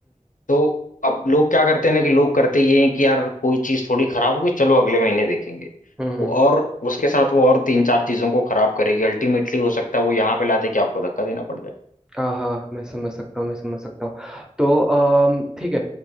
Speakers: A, on the left; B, in the centre.
A: तो अब लोग क्या करते हैं ना कि लोग करते ये हैं कि यार कोई चीज थोड़ी खराब होगी चलो अगले महीने देखेंगे
B: हम्म हम्म
A: वो और उसके साथ वो और तीन चार चीजों को खराब करेगी अल्टीमेटली हो सकता है वो यहाँ पे लाते कि आपको धक्का देना पड़ जाए
B: हाँ हाँ मैं समझ सकता हूँ मैं समझ सकता हूँ तो अम, ठीक है